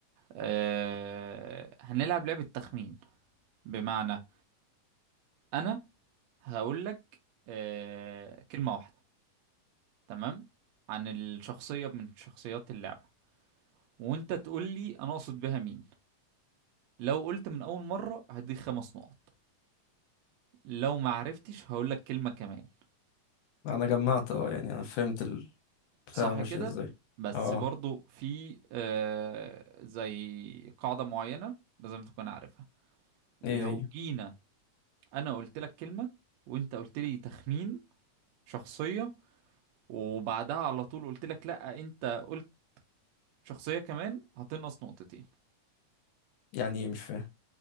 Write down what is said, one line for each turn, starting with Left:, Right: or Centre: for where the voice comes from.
Right: أه... هنلعب لعبة تخمين بمعنى انا هقول لك أه... كلمة واحدة تمام عن الشخصية من شخصيات اللعبة وانت تقول لي انا اقصد بها مين لو قلت من اول مرة هديك خمس نقط لو ما عرفتش هقول لك كلمة كمان
Left: انا جمعت اه يعني انا فهمت البتاع
Right: صح
Left: ماشية
Right: كده
Left: ازاي
Right: بس
Left: اه
Right: برضو في آه زي قاعدة معينة لازم تكون عارفها لو
Left: ايه هي
Right: جينا انا قلت لك كلمة وانت قلت لي تخمين شخصية وبعدها على طول قلت لك لا انت قلت شخصية كمان هتنقص نقطتين
Left: يعني ايه مش فاهم